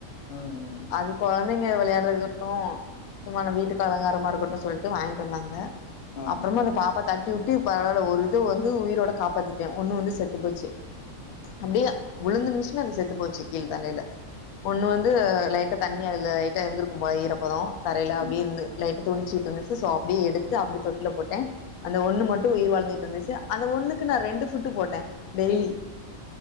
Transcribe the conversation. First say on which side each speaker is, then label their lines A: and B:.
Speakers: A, on the left; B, on the left.
A: ம் ம்
B: அது கொழைந்தைங்க வெளையாட்றதுக்கு சும்மா நம்ம வீட்டுக்கு அலங்காரமா இருக்கட் டுன் சொல்ட்டு வாங்கிட்டு வந்தாங்க
A: ஆ
B: அப்றமா அந்த பாப்பா தட்டி வுட் டு பரவால்ல ஒரு இத வந்து உயிரோட காப்பாத்திட்டே ஒன்னு வந்து செத்து போச்சு அப்டியே வுழுந்த நிம்ஷமே அது செத்து போச்சு கீழ் தலைல ஒன்னு வந்து லைட்டா தண்ணி அதுல லைட்டா இருந்துருக்கு போல ஈரப்பத தரைல அப்டியே
A: ம்
B: இருந்து லைட்ட துடுச்சுகிட்ருந்துச்சு ஸோ அப்டியே எடுத்து அப்டியே தொட்டில போட்டே அந்த ஒன்னு மட்டு உயிர் வாழ்ந்துக்கிட்ருந்துச்சு அந்த ஒன்னுக்கு நா ரெண்டு ஃபுட்டு போட்டே டெய்லி